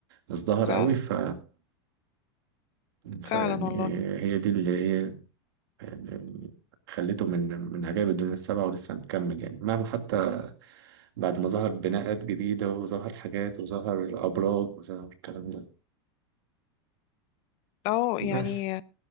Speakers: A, on the right (about 70°); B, on the left (about 35°).
A: ازدهر
B: فعلا
A: قوي ف فيعني
B: فعلا والله
A: هي دي اللي ايه اللي خليته من من عجائب الدنيا السبعة ولسه مكمل يعني مهما حتى بعد ما ظهر بناءات جديدة وظهر حاجات وظهر أبراج وظهر الكلام ده
B: اه
A: بس
B: يعني